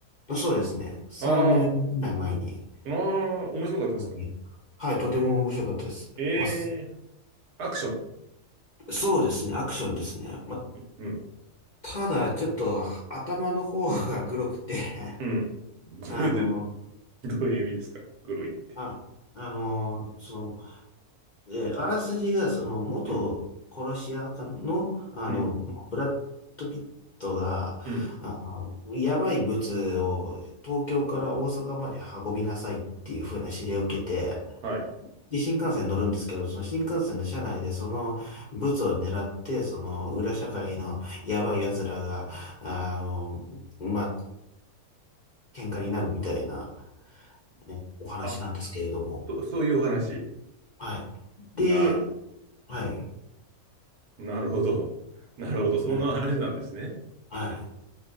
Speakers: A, on the left; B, on the right.
A: そうですね。3、
B: あ
A: 4年くらい前に。
B: あ、ああ、面白かったですか
A: うんはい、とても面白かったです。
B: ええー
A: まあ、す
B: アクション。
A: そうですね、アクションですね。まあ、
B: うん。
A: ただ、ちょっと頭の方がグロくて
B: うん。
A: <laughs>
B: 黒いって
A: あの、
B: どういう意味ですか黒いって。
A: あ、あの、その、えーあらすじが、その、元殺し屋かなの、
B: うん。
A: あの、
B: うん。
A: ブラッド・ピットが、
B: うん。
A: あの、やばい物を東京から大阪まで運びなさいっていう風な指令を受けて、
B: はい。
A: で、新幹線に乗るんですけど、その新幹線の車内でそのブツを狙って、その裏社会のやばい奴らが、あの、まあ、喧嘩になるみたいな、ね、お話なんですけれども。
B: あ、と、そういうお話。
A: はい。で、
B: な、
A: はい。
B: なるほど。なるほど。そんな話なんですね。
A: はい。はい。